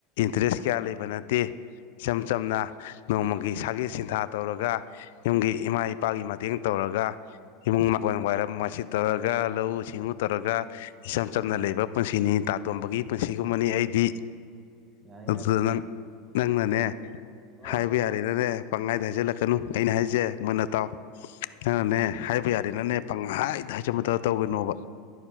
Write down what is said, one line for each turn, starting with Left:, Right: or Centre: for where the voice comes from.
Left: ꯏꯟꯇꯔꯦꯁ ꯀꯌꯥ ꯂꯩꯕ ꯅꯠꯇꯦ ꯏꯆꯝ ꯆꯝꯅ ꯅꯣꯡꯃꯒꯤ ꯁꯥꯒꯦ ꯁꯤꯟꯊꯥ ꯇꯧꯔꯒ ꯌꯨꯝꯒꯤ ꯏꯃꯥ ꯏꯄꯥꯒꯤ ꯃꯇꯦꯡ ꯇꯧꯔꯒ ꯏꯃꯨꯡ ꯃꯀꯣꯟ ꯋꯥꯏꯔꯝ ꯋꯥꯏꯁꯤꯠ ꯇꯧꯔꯒ ꯂꯧꯁꯤꯡ ꯁꯤꯡꯎ ꯇꯧꯔꯒ ꯏꯆꯝ ꯆꯝꯅ ꯂꯩꯕ ꯄꯨꯟꯁꯤꯅꯤ ꯇꯥꯇꯣꯝꯕꯒꯤ ꯄꯨꯟꯁꯤꯒꯨꯝꯕꯅꯤ ꯑꯩꯗꯤ
Right: ꯌꯥꯔꯦ
Left: ꯑꯗꯨꯗ
Right: ꯌꯥꯔꯦ
Left: ꯅꯪ ꯅꯪꯅꯅꯦ
Right: ꯈꯠꯅꯁꯦ ꯀꯣ
Left: ꯍꯥꯏꯕ ꯌꯥꯔꯦꯅꯅꯦ
Right: ꯑꯩ
Left: ꯄꯪꯉꯥꯏꯗ ꯍꯥꯏꯖꯜꯂꯛꯀꯅꯨ ꯑꯩꯅ ꯍꯥꯏꯁꯦ ꯃꯣꯏꯟꯅ ꯇꯥꯎ ꯅꯪꯅꯦ ꯍꯥꯏꯕ ꯌꯥꯔꯦꯅꯅꯦ ꯄꯪꯍꯥꯏꯗ ꯍꯥꯏꯖꯃꯠꯇ ꯇꯧꯒꯣꯏꯅꯣꯕ